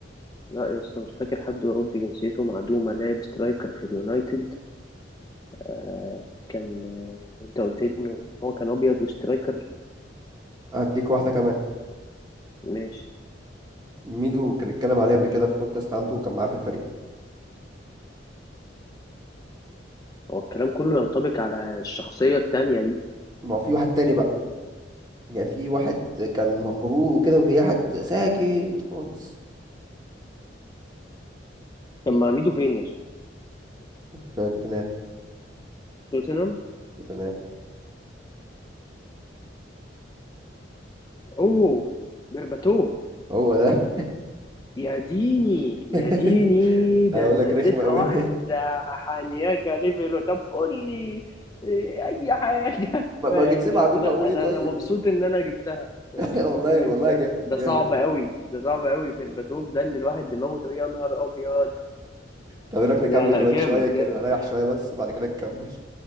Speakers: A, on the left; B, on the right.
A: لا يا اسطى مش فاكر حد أوروبي جنسيته معدومة لعب سترايكر في اليونايتد آه، كان آه، وأنت قلت لي إن هو كان أبيض وسترايكر
B: هديك واحدة كمان
A: ماشي
B: ميدو كان اتكلم عليه قبل كده في بودكاست عنده وكان معاه في الفريق
A: هو الكلام كله ينطبق على الشخصية التانية دي
B: ما هو في واحد تاني بقى يعني في واحد كان مغرور وكده وفي واحد ساكت خالص
A: طب ما عميده فين يا اسطى؟
B: في توتنهام
A: توتنهام
B: توتنهام
A: اوه برباتوف
B: هو ده
A: يا ديني يا
B: <laughs>
A: ديني ده
B: اقول
A: انت
B: لك
A: اديتها
B: رخمة قوي
A: واحدة
B: <laughs>
A: حانياكا ليفل طب قول لي إيه، اي حاجة <laughs>
B: ما ما
A: ماشي
B: جيتش معدوم
A: بس لا
B: اقول
A: انا
B: ايه طيب
A: انا مبسوط ان انا جبتها مبسوط
B: <laughs> والله
A: ان انا
B: والله
A: جبتها
B: جامد
A: ده
B: جامد
A: صعب قوي ده صعب قوي بيرباتوف ده ان الواحد دماغه تبقى يا نهار ابيض
B: طب ايه رايك نكمل
A: لا لا
B: كمان
A: جامد
B: شوية كده
A: جامد
B: رايح شوية بس وبعد كده نكمل